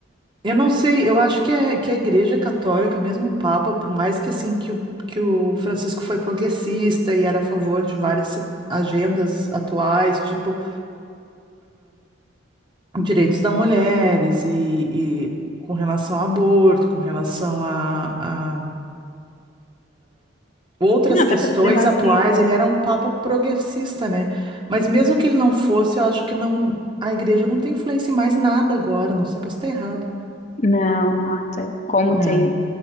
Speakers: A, on the right; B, on the left.
A: eu não sei, eu acho que, é, que a Igreja Católica, mesmo o Papa, por mais que assim que o, que o Francisco foi progressista e era a favor de várias se- agendas atuais, tipo direitos das mulheres e, e com relação ao aborto, com relação a, outras
B: Ah,
A: questões
B: até preservativo,
A: atuais,
B: né?
A: ele era um papa progressista, né? Mas mesmo que ele não fosse, eu acho que não, a igreja não tem influência em mais nada agora, não sei, posso estar errado.
B: Não, Marta, como
A: É,
B: tem